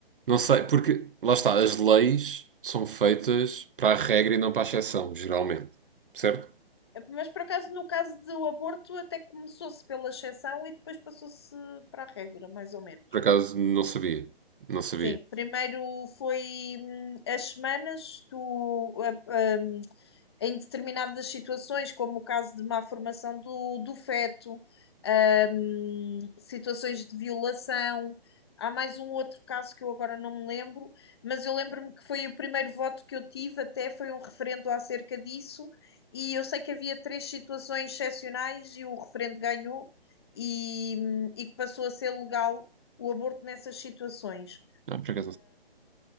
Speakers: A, on the right; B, on the left.
A: Não sei, porque lá está, as leis são feitas para a regra e não para a exceção, geralmente. Certo?
B: É, Mas, por acaso, no caso do aborto, até começou-se pela exceção e depois passou-se para a regra, mais ou menos.
A: Por acaso não sabia. Não sabia.
B: Sim, primeiro foi hum, as semanas, tu, a- a- hum, em determinadas situações, como o caso de má formação do, do feto, hum, situações de violação. Há mais um outro caso que eu agora não me lembro, mas eu lembro-me que foi o primeiro voto que eu tive, até foi um referendo acerca disso, e eu sei que havia três situações excepcionais e o referendo ganhou e, hum, e que passou a ser legal o aborto nessas situações
A: Não, por acaso